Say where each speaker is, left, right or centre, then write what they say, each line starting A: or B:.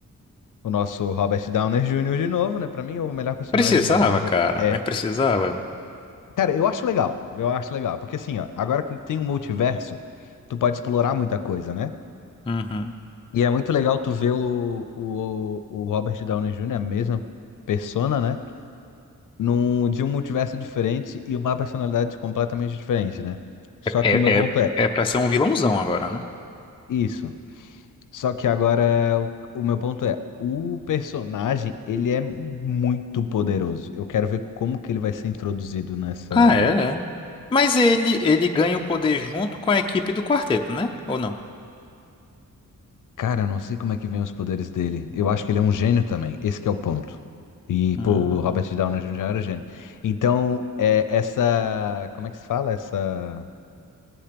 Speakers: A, on the left; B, on the left.
A: o nosso Robert Downey Jr. de novo, né? Pra mim, o melhor personagem
B: Precisava,
A: da Marvel
B: cara,
A: é.
B: mas precisava.
A: Cara, eu acho legal. Eu acho legal. Porque assim, ó, agora que tem um multiverso, tu pode explorar muita coisa, né?
B: Uhum.
A: E é muito legal tu ver o, o, o Robert Downey Jr., a mesma persona, né? num, de um multiverso diferente e uma personalidade completamente diferente, né? Só
B: É,
A: que o meu ponto
B: é,
A: é
B: é pra ser um vilãozão agora, né?
A: isso. Só que agora o, o meu ponto é, o personagem, ele é muito poderoso. Eu quero ver como que ele vai ser introduzido nessa.
B: Ah, é, é. Mas ele, ele ganha o poder junto com a equipe do quarteto, né? Ou não?
A: Cara, eu não sei como é que vem os poderes dele. Eu acho que ele é um gênio também. Esse que é o ponto. E,
B: Hum,
A: pô, o Robert Downey Jr. era um gênio. Então, é, essa. Como é que se fala? Essa.